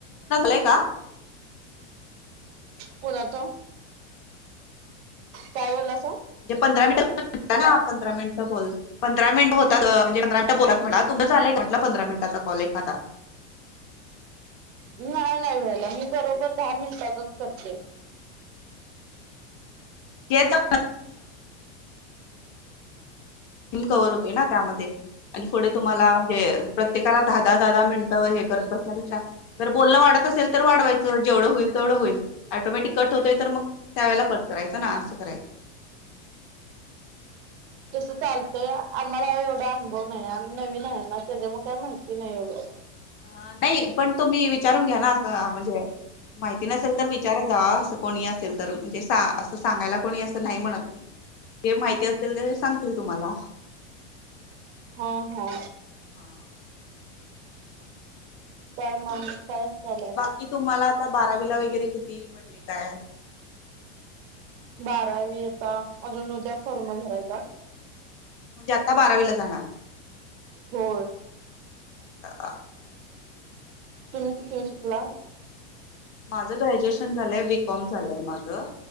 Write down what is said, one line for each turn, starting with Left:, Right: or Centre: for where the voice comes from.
Left: य का..
Right: कुणाचा काय बोललास तु
Left: म्हणजे पंधरा मिनट पंधरा मिनिट बोल पंरा मिनट होत म्हणजे पंरा मिनिट बोलत म्ह तु् झालंय म्हट पधरा मिनटाचा कॉल एखादा <unintelligible>
Right: नाही नाही व्हायला मी बरोबर दहा मिनिटातच करते
Left: केदा हमकवर होते ना त्यामध्ये आणि पुढे तुम्हाला म्हणजे प्रत्येकाला दहा दहा दहा दहा मिनिटं हे करत बसण्यापेक्षा जर बोलणं वाढत असेल तर वाढवायचं जेवढं होईल तेवढं होईल ऑटोमॅटिक कट होतोय तर मग त्यावेेळेला कट करायच ना असं करायचं
Right: तसं चालतय आम्हाला एवढा अनुभव नाही आणि नवीन आहे ना त्याच्यामुळे काय माहिती नाही एवढं
Left: ह नाही पण तो मी विचारून घ्या ना असं म्हणजे माहिती नसेल तर विचार जा असं कोणी असेल तर म्हणजे असं सांगायला कोणी असं नाही म्हणत मी जे माहिती असेल ते सांगतील तुम्हाला
Right: हा हो
Left: हा
Right: काय मामस कायच झालाय
Left: बाकी तुम्हाला आता बारावीला वगैरे किती पडले काय
Right: बारावी यता अजून उद्या कर्म भरायचा
Left: ती आता बारावीला जाणार
Right: हो
Left: ह हा
Right: तुम्ही कुठे शिकलात
Left: माझं ग्रॅज्युएशन झालंय बीकॉम झालंय माझं..